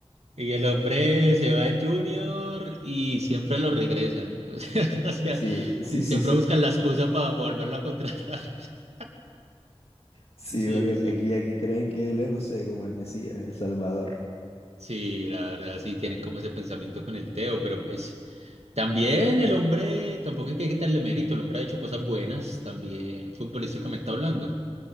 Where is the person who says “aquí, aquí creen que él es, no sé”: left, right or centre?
Left